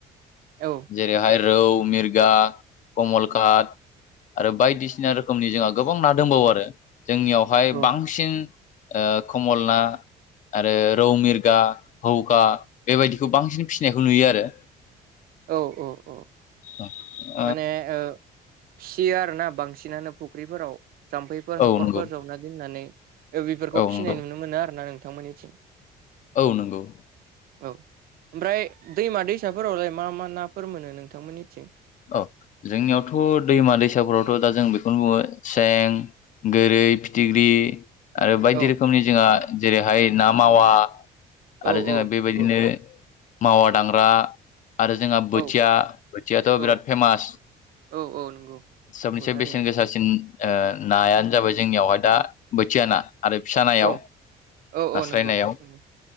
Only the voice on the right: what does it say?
औ
औ
औ औ। औ
माने ओ फियो आरोना बांसिनानो फुख्रिफोराव। जाम्फैफोर
हाखरफोर
जावना दोननानै बेफोरखौ
फिसिनाय
नुनो मोनो आरो ना नोंथांमोननिथिं।
औ ओमफ्राय दैमा दैसाफोरावलाय मा मा नाफोर मोनो नोंथांमोननिथिं?
औ
औ
औ
नंगौ
औ
औ
औ औ नंगौ
नंगौ थारैनो
औ औ
औ नंगौ
नंगौ